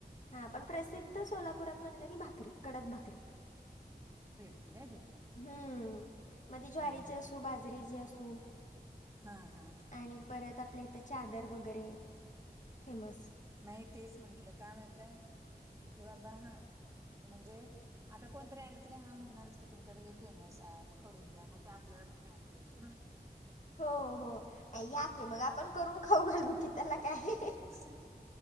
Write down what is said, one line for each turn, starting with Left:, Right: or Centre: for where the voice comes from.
Left: हा पण प्रसिद्ध सोलापूरात म्हणलं की भाकरी. कडक भाकरी.
Right: भेटते काय तिथं
Left: हम्म, म ती ज्वारीची
Right: हम्म
Left: असू, बाजरीची असू
Right: हा हा हा.
Left: आणि परत आपल्या इथं च्यादर वगैरे, फेमस
Right: नाही, तेच म्हंटलं, काय माहीतय कि बाबा हा. म्हणजे आता कोणतरी आणल तरी हा म्हणणारच की तुमच्या इकडे हे फेमस आहे मग करून द्या मग ते आपल्याला पण यायला पाहिजे न?
Left: हो हो या की मग आपण करून खाऊ घालू की, त्याला काय?
Right: <inaudible>